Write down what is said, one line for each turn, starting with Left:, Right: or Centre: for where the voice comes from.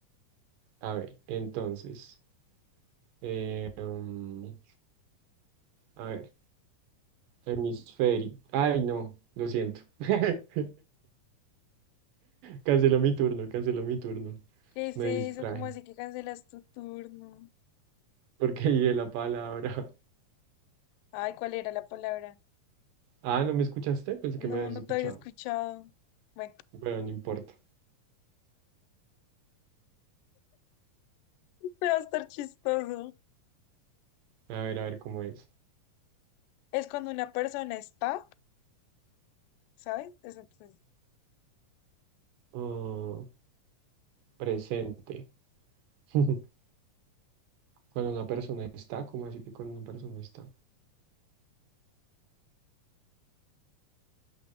Right: A ver, entonces. Eh, um, a ver, hemisferio. Ay, no, lo siento. <laughs> Canceló mi turno, canceló mi turno.
Left: ¿Qué es
Right: Me
Left: eso?
Right: distraje
Left: ¿Cómo así que cancelas tu turno?
Right: porque dije la palabra. <laughs>
Left: Ay, ¿cuál era la palabra?
Right: Ah, ¿no me escuchaste? Pensé
Left: No,
Right: que me habías
Left: no
Right: escuchado.
Left: te había escuchado. Bueno,
Right: Bueno, no importa.
Left: <laughs> te va a estar chistoso.
Right: A ver, a ver cómo es.
Left: Es cuando una persona está, ¿sabes? Es entonces,
Right: oh presente. <laughs> Cuando una persona está, ¿cómo así que cuando una persona está?